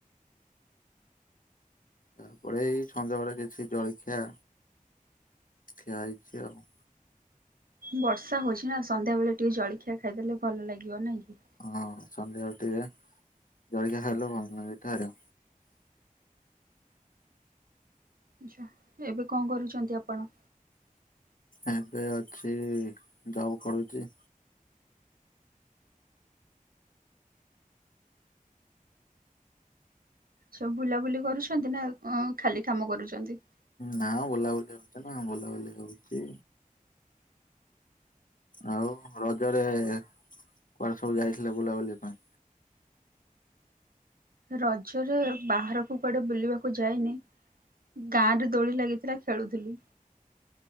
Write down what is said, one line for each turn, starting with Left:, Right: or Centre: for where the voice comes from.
Left: ତାପରେ ଏଇ ସଧ୍ୟାବେଳେ କିଛି ଜଳଖିଆ। ଖିଆ ହେଇଛି ଆଉ।
Right: ବର୍ଷା ହଉଛି ନା ସନ୍ଧ୍ୟା ବେଳେ ଟିକେ ଜଳଖିଆ ଖାଇଦେଲେ ଭଲ ଲାଗିବ ନାଇଁ କି?
Left: ହଁ ସନ୍ଧ୍ୟାବେଳ ଟିକେ ଜଳିକି ଖାଇଲେ ଭଲ ନ ଏଠ ଆଉ।
Right: ଆଛା ଏବେ କଣ କରୁଛନ୍ତି ଆପଣ।
Left: ଏବେ ଅଛି ଜବ କରୁଛି।
Right: ସବୁ ବୁଲାବୁଲି କରୁଛନ୍ତି ନା ଖାଲି କାମ କରୁଛନ୍ତି।
Left: ନା ବୁଲାବୁଲି ହଉଛି ନା ବୁଲାବୁଲି କରୁଛି। ଆଉ ରଜରେ କୁଆଡେ ସବୁ ଯାଇଥିଲେ ବୁଲାବୁଲି ପାଇଁ।
Right: ରଜରେ ବାହାରକୁ କୁଆଡେ ବୁଲିବାକୁ ଯାଇନି। ଗାଁ ରେ ଦୋଳି ଲାଗିଥିଲା ଖେଳୁଥିଲି।